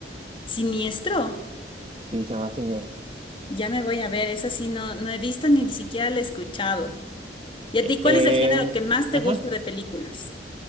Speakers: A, on the left; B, on the right.
A: ¿Siniestro?
B: Sí, se llama Siniestro.
A: Ya me voy a ver, esa sí no, no he visto ni siquiera la he escuchado. ¿Y a
B: Eh,
A: ti cuál es el género que más te
B: ajá,
A: gusta de películas?